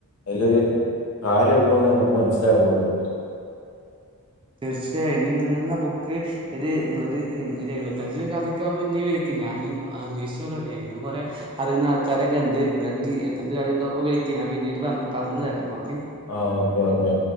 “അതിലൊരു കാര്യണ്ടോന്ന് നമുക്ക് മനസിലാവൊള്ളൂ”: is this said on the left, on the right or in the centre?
Left